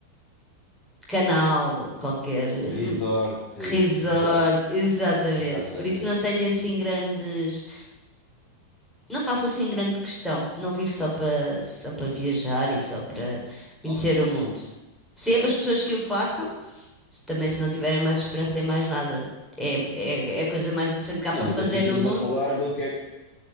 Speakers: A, in the centre; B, on the left (about 25°).
A: canal, qualquer
B: Resort,
A: hum, resort,
B: exato,
A: exatamente.
B: exatamente,
A: Por isso não tenho
B: exatamente.
A: assim grandes, não faço assim grande questão. Não vivo só para só para viajar e só para conhecer
B: Ah,
A: o mundo. Sempre
B: certo.
A: as pessoas que o façam, se- também se não tiverem mais esperança em mais nada. É, é, é a coisa mais interessante que
B: Sim,
A: há para
B: mas
A: fazer
B: aqui estamos
A: no mundo.
B: a falar do que é que.